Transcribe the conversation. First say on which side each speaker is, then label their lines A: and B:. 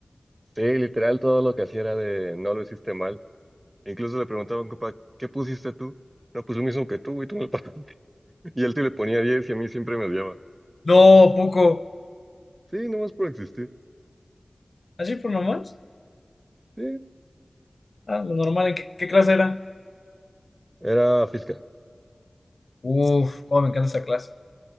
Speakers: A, on the right; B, on the left.
A: Sí, literal, todo lo que hacía era de no lo hiciste mal. Incluso le preguntaba a un compa, ¿qué pusiste tú? No, pues lo mismo que tú, güey, tú me lo pasaste. <laughs> Y él sí le ponía 10 y a mí siempre me odiaba.
B: No, poco.
A: Sí, nomás por existir.
B: ¿Así por nomás?
A: Sí,
B: Ah, lo normal, ¿en qué, qué clase era?
A: era física.
B: Uf, cómo me encanta esa clase.